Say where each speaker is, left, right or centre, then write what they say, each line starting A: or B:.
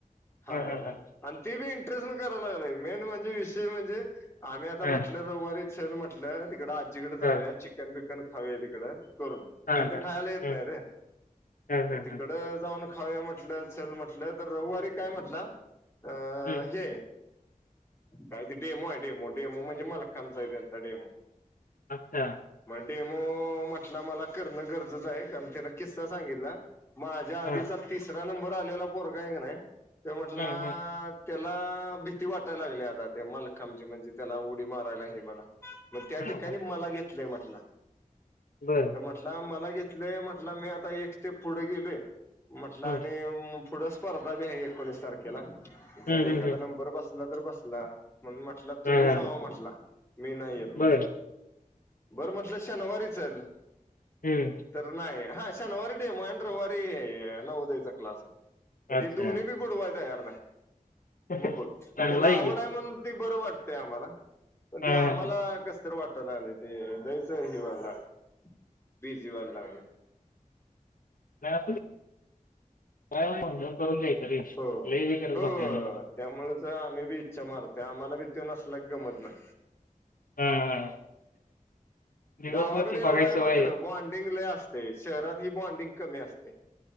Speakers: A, on the left; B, on the left.
A: हाय
B: हां, हां,
A: ना
B: हां.
A: आणि ते बी इंटरेस्ट न करायला लागलय मेन म्हणजे विशेष म्हणजे आम्ही आता
B: हां,
A: म्हटल रविवारी असेल म्हटल तिकड आजीकडे जाऊया
B: हां,
A: चिकन बिकन खाऊया तिकड. करून
B: हां,
A: तिथे
B: हां.
A: खायला येत
B: हं,
A: नाही रे
B: हां, हां,
A: तिकड
B: हां.
A: जाऊन खाउया म्हटल चल म्हटल तर रविवारी काय म्हटल अ
B: हं.
A: हे काय ते डेमो आहे डेमो डेमो म्हणजे <unintelligible> डेमो.
B: अच्छा.
A: मग डेमो म्हटला मला करण गरजेच आहे. कारण त्यान किस्सा सांगितला. माझ्या आधीचा
B: हां.
A: तिसरा नंबर आलेला पोरगय का नाही ते म्हटला
B: हं, हं.
A: त्याला भीती वाटायला लागली आता ते मालखांमजे म्हणजे त्याला उडी मारायला हे म्हणा मग त्या
B: हां,
A: ठिकाणी
B: हां.
A: मला घेतलंय म्हटल
B: बरं.
A: तर म्हटला मला घेत म्हटलं मी आता एक स्टेप पुढे गेले म्हटल आणि
B: हं.
A: पुढ स्पर्धा बी आहे. एकोणीस तारखेला इथ
B: हं,
A: एखादा
B: हं, हं.
A: नंबर बसला तर बसला. म्हण म्हटलं तुम्ही
B: हां,
A: जाव
B: हां.
A: म्हटला मी नाही येत म्हटल.
B: बरं,
A: बरं म्हटल शनवारी चल.
B: हं.
A: तर नाही हा शनिवारी डेमो हाय आणि रविवारी हे नवदयाचा क्लास आहे.
B: अच्छा.
A: ते दोन्ही बी बुडवाय तयार नाही.
B: चांगलं
A: मग बघ त्याला आवड
B: की.
A: आहे म्हणून ती बर वाटतेय आम्हाला. पण
B: हां,
A: ते आम्हाला
B: हां, हां.
A: कस तर वाटत. ले ते लयच हिवाल ला बिझी हि वयाल लागल.
B: <unintelligible> <unintelligible>
A: हो हो. हो हो त्यामुळेच आम्ही बी इच्छा मारते. आम्हाला बी ते नसल्या गमत नाही.
B: हा हा दिवसभर
A: गावाकडे
B: ती
A: एवढा
B: बघायची
A: आहे
B: सवय
A: मात्र बॉन्डिंग लय अस शहरात ही बॉनडिंग कमी असते.